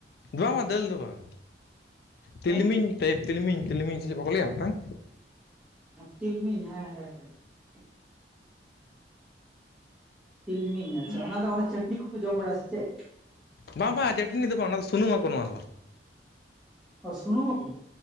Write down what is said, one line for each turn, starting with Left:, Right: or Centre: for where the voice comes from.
Left: ᱵᱟᱝᱼᱟ ᱫᱟᱹᱞ ᱫᱚ ᱵᱟᱝ ᱛᱤᱞᱢᱤᱧ
Centre: ᱛᱟᱦᱚᱞᱮ?
Left: ᱴᱟᱭᱤᱯ ᱛᱤᱞᱢᱤᱧ ᱛᱤᱞᱢᱤᱧ ᱥᱮ ᱪᱮᱫ ᱵᱟᱠᱚ ᱞᱮᱭᱟ ᱢᱤᱫᱴᱟᱝ
Centre: ᱛᱤᱞᱢᱤᱧ ᱦᱮᱸ ᱦᱮᱸ ᱦᱮᱸ ᱛᱤᱞᱢᱤᱧ ᱟᱪᱪᱷᱟ ᱚᱱᱟ ᱫᱚ ᱚᱱᱟ ᱪᱟᱹᱴᱱᱤ ᱠᱚᱠᱚ ᱡᱚᱢ ᱵᱟᱲᱟᱭᱟ ᱥᱮ ᱪᱮᱫ
Left: ᱵᱟᱝ ᱵᱟᱝ ᱪᱟᱹᱴᱱᱤ ᱫᱚ ᱵᱟᱝ ᱚᱱᱟ ᱫᱚ ᱥᱩᱱᱩᱢᱟᱠᱚ ᱱᱚᱣᱟ ᱦᱚᱸ
Centre: ᱳ ᱥᱩᱱᱩᱢᱟ ᱠᱚ?